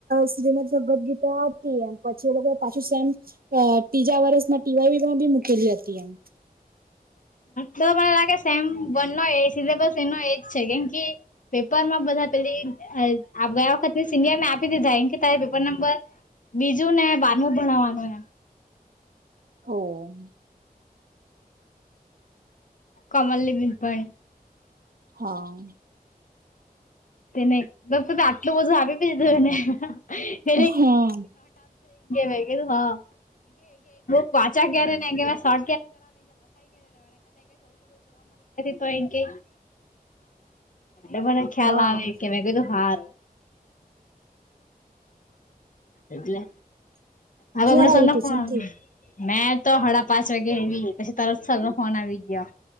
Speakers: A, on the right (about 70°); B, on the left (about 55°).
A: શ્રીમદ ભગવદ ગીતા હતી એમ પછી એ લોકો. પાછુંમ ત્રીજા વર્ષના ટીવાયમાં બી મૂકેલી હતી એમ.
B: તો મને લાગે સેમ ઓને એ સિલેબસ એનો એજ છે કેમ કે. પેપર માં બધા પેલી આપ ગયા વખત સિનિયર ને. આપી દીધા એન કે તારા પેપર નંબર બીજું ને બારમું ભણવાનું એમ.
A: ઓહ.
B: કમલ લીબિનપણ
A: હા.
B: તેને <unintelligible> આટલું બધું આવી બધું <unintelligible> <unintelligible>
A: હા
B: મે કીધું હા. <unintelligible> પાછા ક્યારે <unintelligible> <unintelligible> એ કે એ મને ખ્યાલ
A: હા
B: આવે આવે કે મે કીધું હારું એટલે હવે
A: ક્યારે
B: આપણા
A: આયુ
B: સર નો
A: ટ્યુશન
B: ફોન
A: થી?
B: મેં તો હાડા પાંચ વાગે આયવી, પછી તરત સર નો ફોન આવી ગયો.